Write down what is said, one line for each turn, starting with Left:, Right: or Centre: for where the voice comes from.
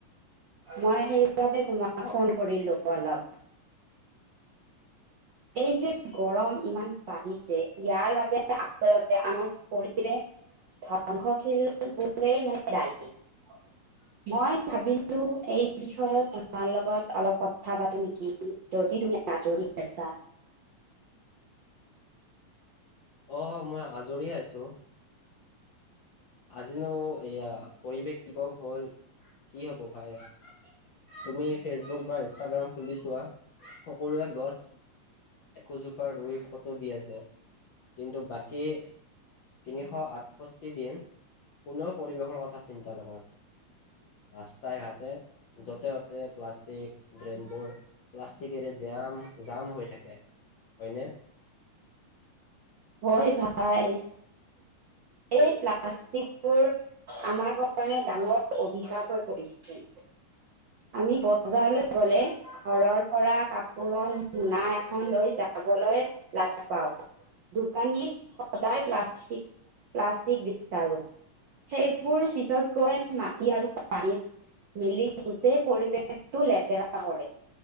Right: মই সেইবাবে তোমাক
Left: অ
Right: ফোন কৰিলো অলপ। এই যে গৰম ইমান বাঢ়িছে ইয়াৰ বাবে আচলতে আমাৰ পৰিৱেশ <unintelligible> মই ভাবিলো এই বিষয়ে তোমাৰ লগত অলপ কথা পাতো নেকি। যদি তুমি আজৰি আছা।
Left: অ' মই আজৰিয়ে আছোঁ আজিনো এয়া পৰিৱেশ দিৱস হ'ল কি হ'ব ভাই। তুমি ফেচবুক বা ইনষ্টাগ্ৰাম খুলি চোৱা সকলোৱে গছ একোজোপা ৰুই ফটো দি আছে কিন্তু বাকী তিনিশ আঠষষ্ঠি দিন। কোনেও পৰিৱেশৰ কথা চিন্তা নকৰে। ৰাস্তাই ঘাটে য'তে ততে প্লাষ্ট টেক ড্ৰেইনবোৰ প্লাষ্টিকেৰে জাম, জাম হৈ থাকে হয়নে।
Right: হয় ভাই। এই প্লাষ্টিকবোৰ আমাৰ কাৰণে ডাঙৰ অভিশাপ হৈ পৰিছে। আমি বজাৰলৈ গ'লে ঘৰৰ পৰা কাপোৰৰ মূনা এখন লৈ যাবলৈ লাজ পাও। দোকানীক সদায় প্লাষ্টিক প্লাষ্টিক বিচাৰোঁ। সেইবোৰ পিছত গৈ মাটি আৰু পানীত মিলি গুতেই পৰিৱেশটো লেতেৰা হয়